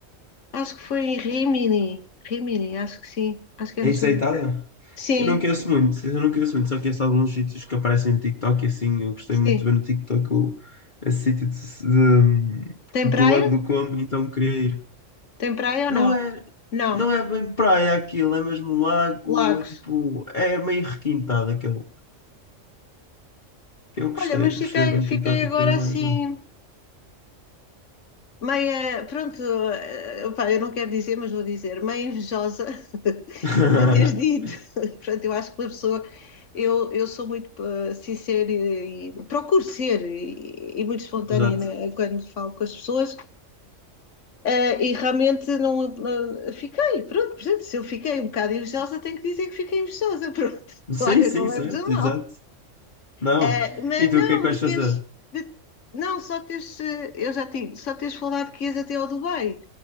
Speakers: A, on the left; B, on the left.
A: acho que foi em Rimini. Rimini, acho que sim. Acho que é
B: é
A: no
B: isso
A: sul.
B: é a Itália?
A: Sim,
B: Eu não conheço muito, eu não conheço muito, só conheço alguns sítios que aparecem no TikTok e assim, eu gostei
A: sim.
B: muito de ver no TikTok o, esse sítio de- de-
A: Tem
B: do
A: praia?
B: Lago do Como, então queria ir.
A: Tem praia ou
B: Não
A: não?
B: é,
A: Não.
B: não é bem praia aquilo, é mesmo um lago,
A: Lagos.
B: é tipo, é meio requintado aquele. Eu gostei,
A: Olha, mas fiquei,
B: gostei de ver no
A: fiquei
B: TikTok
A: agora
B: e queria ir
A: assim,
B: lá ver.
A: meia. Pronto, eh, opá, eu não quero dizer, mas vou dizer, meia invejosa <laughs> de
B: <laughs>
A: teres dito. <laughs> Pronto, eu acho que uma pessoa. Eu, eu sou muito eh, sincera e, e procuro ser e, e muito espontânea
B: Exato.
A: né, quando falo com as pessoas. Eh, e realmente não eh, fiquei, pronto, portanto, se eu fiquei um bocado invejosa, tenho que dizer que fiquei invejosa, pronto. <laughs>
B: Sim,
A: Olha,
B: sim,
A: não leves
B: certo,
A: a mal.
B: exato. Não.
A: Eh, mas
B: E tu,
A: não,
B: o que é que vais
A: mas teres,
B: fazer?
A: de- não, só teres, eh, eu já tinha, só teres falado que ias até ao Dubai,